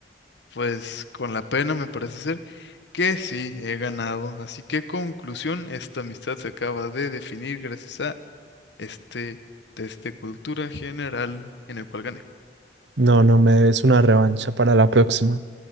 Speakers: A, on the left; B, on the right.
A: Pues con la pena me parece ser que sí, he ganado. Así que conclusión, esta amistad se acaba de definir gracias a este test de cultura general en el cual gané.
B: No, no, me debes una revancha para la próxima.